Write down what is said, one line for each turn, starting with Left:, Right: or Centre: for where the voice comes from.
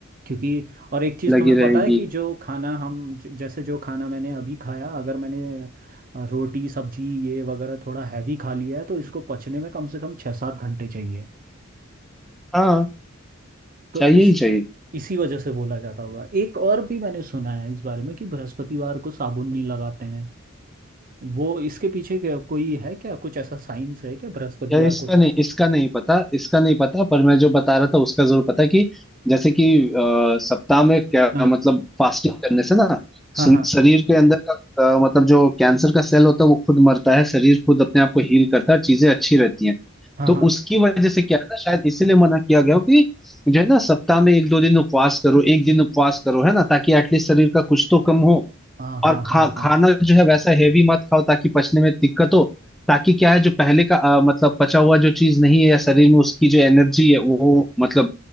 Right: क्योंकि और एक चीज़
Centre: लगी
Right: तुम्हें पता
Centre: रहेगी
Right: है कि जो खाना हम ज- जैसे जो खाना मैंने अभी खाया अगर मैंने अ, रोटी सब्जी ये वगैरह थोड़ा हैवी खा लिया है तो इसको पचने में कम से कम छः सात घंटे चाहिए
Centre: हाँ
Right: तो
Centre: चाहिए
Right: इस
Centre: ही चाहिए
Right: इसी वजह से बोला जाता होगा एक और भी मैंने सुना है इस बारे में कि बृहस्पतिवार को साबुन नहीं लगाते हैं वो इसके पीछे क्या- कोई है क्या कुछ ऐसा साइंस है क्या बृहस्पतिवार
Centre: यार इसका
Right: को सब
Centre: नहीं इसका नहीं पता इसका नहीं पता पर मैं जो बता रहा था उसका जरूर पता है कि जैसे कि अ, सप्ताह में क्या
Right: हाँ
Centre: मतलब फास्टिंग करने से ना स-
Right: हाँ हाँ
Centre: शरीर के अंदर का अ, मतलब जो कैंसर का सेल होता है वो खुद मरता है शरीर खुद अपने आप को हील करता है चीजें अच्छी रहती हैं
Right: हाँ
Centre: तो
Right: हाँ
Centre: उसकी वजह से क्या है ना शायद इसीलिए मना किया गया हो कि जो है ना सप्ताह में एक दो दिन उपवास करो एक दिन उपवास करो है ना ताकि एटलीस्ट शरीर का कुछ तो कम हो
Right: हाँ हाँ
Centre: और खा
Right: हाँ हाँ हाँ हाँ
Centre: खाना जो है वैसा हेवी मत खाओ ताकि पचने में दिक्कत हो ताकि क्या है जो पहले का अ, मतलब पचा हुआ जो चीज नहीं है या शरीर में उसकी जो एनर्जी है वो मतलब